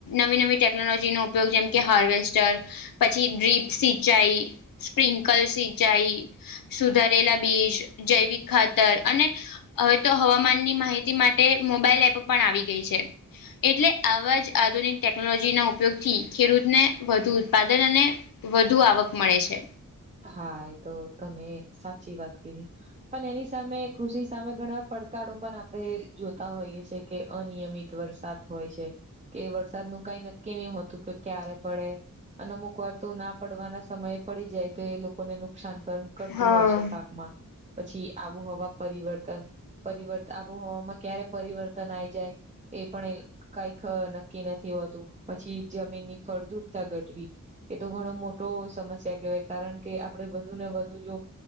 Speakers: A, on the left (about 75°); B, on the right (about 20°).
A: નવી નવી ટેકનોલોજીનો ઉપયોગ જેમ કે હાર્વેસ્ટર પછી ડ્રીપ સિંચાઈ સ્પ્રિંકલ સિંચાઈ સુધારેલા બીજ જૈવિક ખાતર અને હવે તો હવામાનની માહિતી માટે મોબાઈલ એપ પણ આવી ગઈ છે. એટલે આવા જ આધુનિક ટેકનોલોજીના ઉપયોગથી ખેડૂતને વધુ ઉત્પાદન અને વધુ આવક મળે છે.
B: હા એ તો તમે સાચી વાત કીધી. પણ એની સામે કૃષિ સામે ઘણા પડકારો પણ આપણે જોતા હોઈએ છે કે અનિયમિત વરસાદ હોય છે. કે વરસાદ નું કઈ નક્કી નહિ હોતું કે ક્યારે પડે અને અમુક વાર તો ના પડવાના સમયે પડી જાય. તો એ લોકોને નુકસાન કર કરતું
A: હા
B: હોય છે પાકમાં પછી આવુહવા પરિવર્તન પરિવર્ત આબોહવામાં ક્યારે પરિવર્તન આઈ જાય એ પણ કઈક નક્કી નથી હોતું, પછી જમીનની ફળદ્રુપતા ઘટવી એ તો ઘણો મોટો સમસ્યા કહેવાય કારણ કે આપડે વધુ ને વધુ જો